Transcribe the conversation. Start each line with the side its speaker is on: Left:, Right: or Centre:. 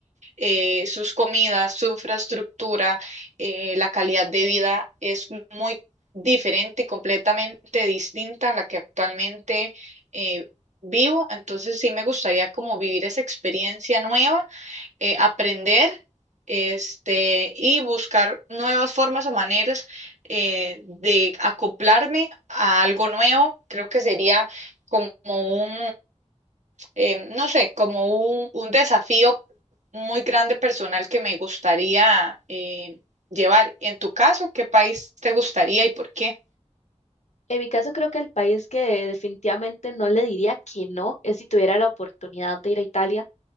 Right: eh, sus comidas, su infraestructura, eh, la calidad de vida es muy diferente y completamente distinta a la que actualmente eh, vivo. Entonces sí me gustaría como vivir esa experiencia nueva, eh, aprender. Este, y buscar nuevas formas o maneras eh, de acoplarme a algo nuevo. Creo que sería como un, eh, no sé, como un, un desafío muy grande personal que me gustaría eh, llevar. En tu caso, ¿qué país te gustaría y por qué?
Left: En mi caso, creo que el país que definitivamente no le diría que no es si tuviera la oportunidad de ir a Italia,